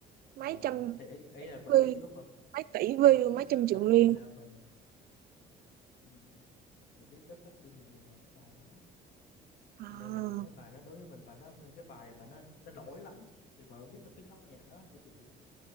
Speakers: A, on the right; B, on the left.
A: mấy
B: ờ,
A: trăm
B: thì ấy, ấy
A: tỷ
B: là mình
A: view
B: biết lúc mà
A: mấy tỷ view
B: lúc mà mình biết
A: mấy trăm
B: tới Blackpink
A: triệu view
B: là mình ừm, mình biết tới Blackpink là nhờ cái bài đó.
A: à,
B: Cho nên là mình thấy bài đó đối với mình bài đó cái bài mà nó nó nổi lắm thì mà mới biết tới cái nhóm nhạc đó kiểu vậy